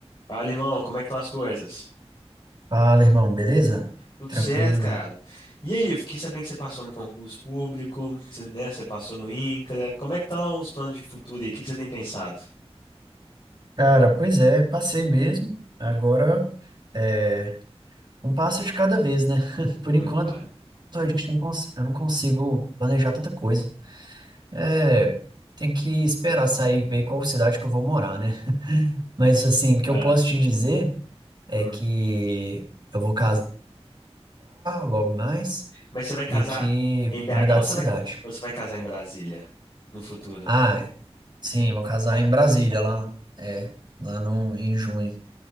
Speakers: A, on the left; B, on the right.
A: Fala, irmão, como é que estão as coisas?
B: Fala, irmão, beleza?
A: Tudo
B: Tranquilo.
A: certo, cara. E aí, eu fiquei sabendo que você passou no concurso público, você, né, você passou no INCRA. Como é que estão os planos de futuro aí? O que que você tem pensado?
B: Cara, pois é, passei mesmo. Agora é um passo de cada vez, né? <laughs> Por
A: Hum,
B: enquanto,
A: pá.
B: a gente não cons- eu não consigo planejar tanta coisa. É, tem que esperar sair e ver qual cidade que eu vou morar, né? Mas assim, o que
A: Ah,
B: eu posso te dizer é
A: hum.
B: que eu vou casar logo mais
A: Mas você vai casar
B: e que
A: em BH
B: vou mudar
A: ou
B: de
A: você
B: cidade.
A: vai, ou você vai casar em Brasília no futuro?
B: Ah, sim, vou casar em Brasília, lá, é, lá no, em junho.